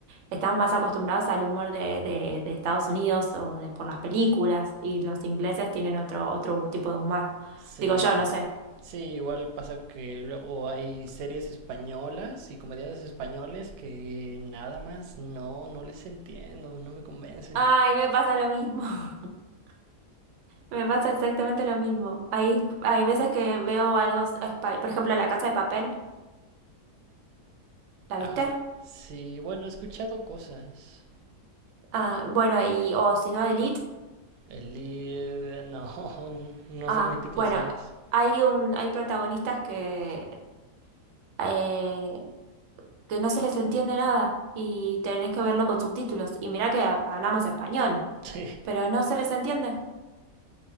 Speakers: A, on the right; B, on the right.
A: estamos más acostumbrados al humor de, de, de Estados Unidos o de por las películas, y los ingleses tienen otro, otro tipo de humor.
B: sí,
A: Digo yo, no sé.
B: sí, igual pasa que luego hay series españolas y comediantes españoles que nada más no, no les entiendo, no me convencen.
A: Ay, me pasa lo mismo. <laughs> Me pasa exactamente lo mismo. Hay, hay veces que veo algo, espa- por ejemplo, La Casa de Papel, ¿la
B: Ajá,
A: viste?
B: sí, bueno, he escuchado cosas.
A: Ah, bueno, y o si no Elite,
B: El lead, <laughs> no, no
A: ah,
B: son mi tipo
A: bueno,
B: de series.
A: hay un, hay protagonistas que, eh, que no se les entiende nada y tenés que verlo con subtítulos. Y mirá que ha- hablamos español,
B: Sí,
A: pero no se les entiende.